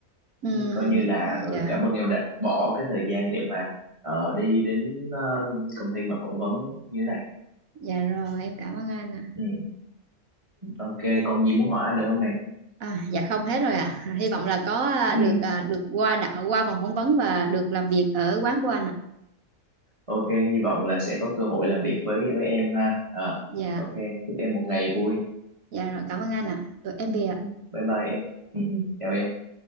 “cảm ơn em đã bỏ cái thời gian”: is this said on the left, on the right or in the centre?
Right